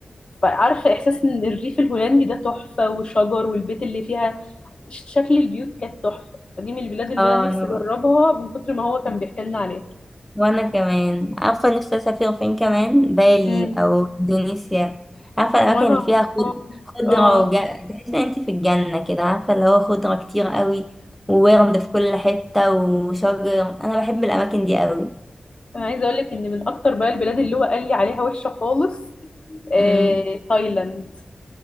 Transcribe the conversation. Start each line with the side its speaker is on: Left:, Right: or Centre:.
Left: فعارفة إحساس إن الريف الهولندي ده تحفة وشجر والبيت اللي فيها شكل البيوت كانت تحفة فدي من البلاد اللي
Centre: اه
Left: أنا نفسي
Centre: انا
Left: أجربها من كتر ما هو كان بيحكي لنا عليها
Centre: وانا كمان عارفه نفسي اسافر فين كمان بالي
Left: امم
Centre: او اندونيسيا عارفه الاماكن
Left: وأنا
Centre: اللي فيها خض-
Left: والله-
Centre: خضره
Left: اه
Centre: وج... تحس ان انت في الجنه كده عارفه اللي هو خضره كتير قوي وورد في كل حته وشجر انا بحب الاماكن دي قوي
Left: انا عايزه اقول لك ان من اكتر بقى البلاد اللي هو قال لي عليها وحشه خالص آه،
Centre: امم
Left: تايلاند